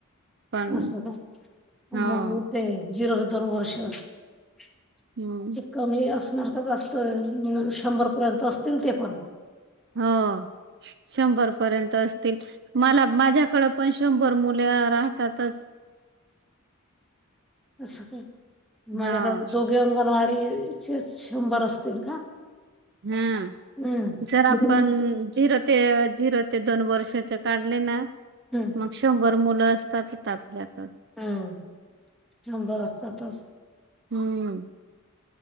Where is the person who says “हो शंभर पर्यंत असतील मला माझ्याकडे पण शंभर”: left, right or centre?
Right